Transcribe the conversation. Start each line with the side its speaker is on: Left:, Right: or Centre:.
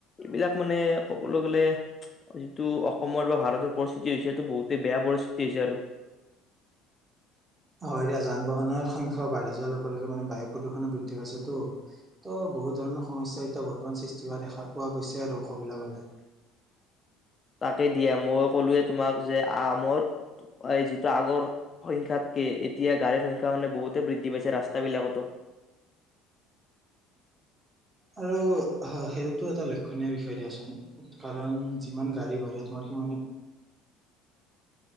Left: এবিলাক মানে ক'বলৈ গ'লে, যিটো অসমৰ বা ভাৰতৰ পৰিস্থিতি হৈছে এটো বহুতেই বেয়া পৰিস্থিতি হৈছে আৰু।
Right: হয় দিয়া যান বাহনৰ সংখ্যাও বাঢ়ি যোৱা লগে লগে মানে বায়ু প্ৰদূষণো বৃদ্ধি পাইছে টো ত বহুত ধৰণৰ সমস্যা এতিয়া বৰ্তমান সৃষ্টি হোৱা দেখা পোৱা গৈছে আৰু। ক'বলে গ'লে।
Left: তাকে দিয়া মই কলোৱে তোমাক যে আমৰ, টো আই যিটো আগৰ সংখ্যাতকে এতিয়া গাড়ীৰ সংখ্যা মানে বহুতে বৃদ্ধি পাইছে ৰাস্তাবিলাকতো।
Right: আৰু হয় সেইটোতো এটা লক্ষণীয় বিষয় দিয়াচোন, কাৰণ যিমান গাড়ী বাঢ়ে তোমাৰ সিমানেই